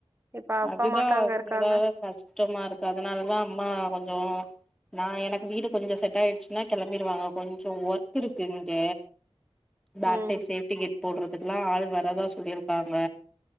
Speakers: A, on the right; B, in the centre.
A: இப்ப அப்பா
B: அதுதா
A: மட்டு அங்க இருக்காங்க
B: இருந்தா கஷ்டமா இருக்கு அதனாலதா அம்மா கொஞ்சோ நா எனக்கு வீடு கொஞ்சம் செட் ஆயிடுச்சுன்னா கெளம்பிருவாங்க கொஞ்சோ ஒர்க் இருக்கு இங்க பேக்
A: ம்
B: சைட் சேஃப்டி கேட் போடுறதுக்குல்லா ஆள் வராதா சொல்லியிருக்காங்க